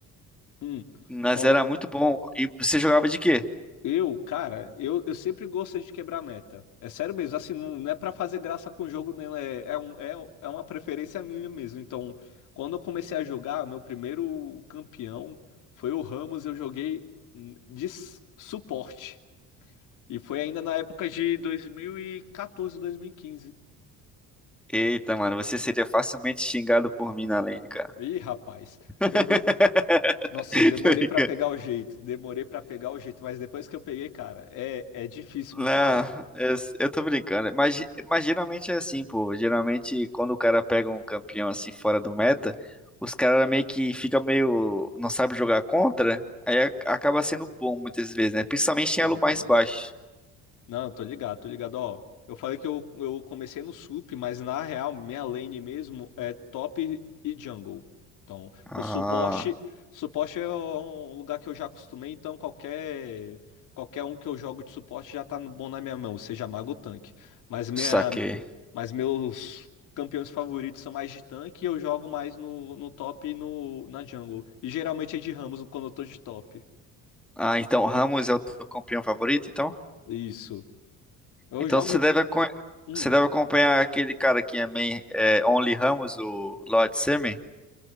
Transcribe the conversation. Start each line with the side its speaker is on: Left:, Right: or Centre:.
Left: Hum.
Centre: Mas
Left: Ó,
Centre: era muito bom. E você jogava de quê?
Left: eu, cara, eu, eu sempre gosto de quebrar meta. É sério mesmo, assim, não, não é pra fazer graça com o jogo, não. É, é, um, é, é uma preferência minha mesmo. Então, quando eu comecei a jogar, meu primeiro campeão foi o Ramos. Eu joguei hum, de s- suporte. E foi ainda na época de dois dois mil mil e quatorze, dois mil e quinze.
Centre: Eita, mano, você seria facilmente xingado por mim na lane, cara.
Left: Ih, rapaz,
Centre: <laughs>
Left: eu, nossa, eu demorei
Centre: Tô brincando.
Left: pra pegar o jeito, demorei pra pegar o jeito, mas depois que eu peguei, cara, é, é difícil
Centre: Não,
Left: me parar.
Centre: eu, eu tô brincando. Mas, mas geralmente é assim, pô. Geralmente, quando o cara pega um campeão assim fora do meta, os caras meio que ficam meio. não sabe jogar contra. Aí a- acaba sendo bom muitas vezes, né? Principalmente em
Left: Exatamente.
Centre: elo mais baixo.
Left: Não, eu tô ligado, tô ligado, ó. Eu falei que eu, eu comecei no sup, mas na real, minha lane mesmo é top e jungle. Então,
Centre: Ah,
Left: o suporte, suporte é um lugar que eu já acostumei, então qualquer qualquer um que eu jogo de suporte já tá no- bom na minha mão, seja mago ou tanque. Mas minha
Centre: saquei.
Left: Mas meus campeões favoritos são mais de tanque e eu jogo mais no, no top e no, na jungle. E geralmente é de Ramos quando eu tô de top.
Centre: Ah, então Ramos é o teu campeão favorito, então?
Left: Isso. Eu
Centre: Então
Left: jogo.
Centre: você deve, acon-
Left: Hum,
Centre: você deve acompanhar aquele cara que é, main, é Only Ramos, o Lord Semen.